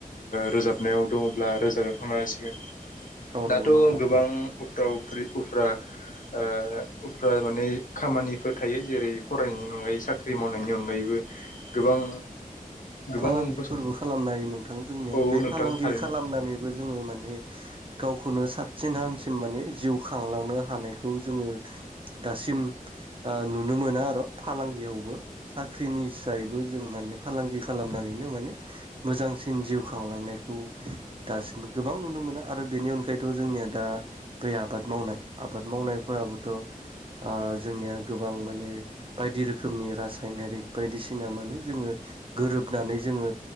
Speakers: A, on the left (about 65°); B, on the right (about 35°).
A: रोजाबनायाव दङब्ला रोजाबनायाव थांनो हासिगोन
B: औ
A: दाथ'
B: नंगौ नोंथां
A: गोबां उफ्रा उफ्रि उफ्रा ओ उफ्रा माने खामानि फोर थायो जेरै फरायनायनि अनगायै साख्रि मावनायनि अनगायैबो गोबां गोबां
B: फालांगिफोरबो
A: बुस्थु
B: खालामनो हायो नोंथां जोंनिया
A: औ
B: बे
A: नोंथां
B: फालांगि
A: थारैनो
B: खालामनानैबो जोङो माने गावखौनो साबसिन हामसिम माने जिउ खांलांनो हानायखौ जोङो दासिम नुनो मोना आरो फालांगियावबो साख्रिनि हिसायैबो जों माने फालांगिखौ खालामनानैनो माने मोजांसिन जिउ खांलांनायखौ दासिम गोबां नुनो मोनो आरो। बेनि अनगायैथ' जोंनिया दा बै आबाद मावनाय आबाद मावनायफोराबोथ' ओ जोंनिया गोबां माने बायदि रोखोमनि रासायनारिक बायदिसिना माने जोङो गोरोबनानै जोङो